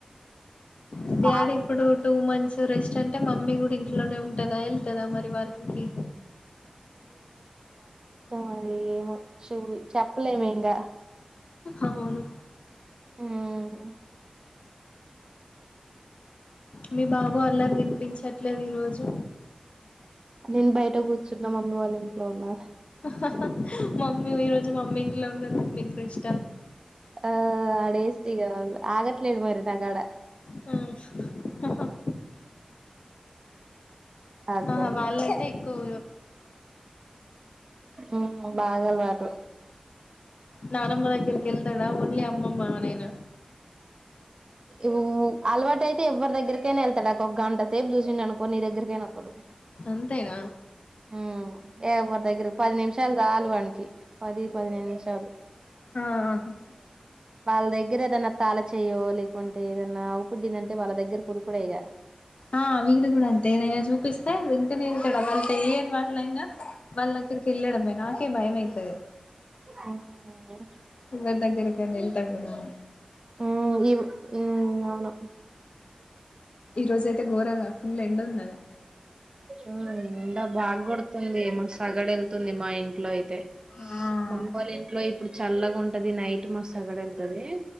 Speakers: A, on the left (about 65°); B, on the right (about 40°).
A: ఉ డాడీ
B: బాగా
A: ఇప్పుడు టూ మంత్స్ రెస్ట్ అ. అంటే మమ్మీ కూడా ఇంట్లోనే ఉంటదా ఎల్తదా మరి వర్క్ కి.
B: మరి ఏమో చూడు చెప్పలేం ఇంగ.
A: అవును.
B: ఉమ్.
A: మీ బాబు అల్లరి వినిపించట్లేదు ఈరోజు.
B: నేను బయట కూర్చున్న మమ్మీ వాళ్ళ ఇంట్లోనూ.
A: హహహ మమ్మీ ఈరోజు మమ్మీ ఇంట్లో ఉన్నందుకు ఎక్కువ ఇష్ట.
B: ఆ ఆడేస్తే ఆగట్లేడు మరి దగడ.
A: హ హహహ.
B: అదే
A: ఆ వాళ్ళ అంటే ఎక్కువొ.
B: ఉహు బాగా అలవాటు.
A: నానమ్మ దగ్గరికి వెళ్తాడా ఓన్లీ అమ్మమ్మ నేన.
B: ఉ అలవాటు అయితే ఎవరి దగ్గరకైనా వెళ్తాడు ఓకో గంటసేపు చూసిండు అనుకో ఎవరి దగ్గరకైనా వస్తాడు.
A: అంతేనా
B: ఉమ్ ఏవరి దగ్గరికి ఒక పది నిమిషాలు చాలు వానికి. పది పదిహేను నిమిషాలు.
A: ఆ
B: వాళ్ళ దగ్గర ఏదన్నా తాళచేయో లేకుంటే ఏదన్నా ఉప్పు గిన్నె ఉంటే వాళ్ళ దగ్గర ఉరుకు ఇగా.
A: ఆ విడు కూడా అంతే ఏదైనా చూపిస్తే. వెళ్తాడా వాళ్ళు తెలియని వాళ్ళైనా వాళ్ళ దగ్గరికి వెళ్ళడమే నాకే భయం అయితది.
B: ఆమ్మో.
A: ఎవరి దగ్గరికైనా వెళ్తాడేమో అని
B: ఉ ఇ ఉ అవును.
A: ఈ రోజుజయితే ఘోరంగా ఫుల్ ఎండున్నది.
B: ఉమ్ ఎండా బాగా కొడుతుంది మస్తు ఆగడు వెళ్తుంది‌ మా ఇంట్లో అయితే. తే
A: ఆ
B: మమ్మ వాళ్ళ ఇంట్లో ఇప్పుడు చల్లగా ఉంటది నైట్. మస్తు అగడు ఎల్తది.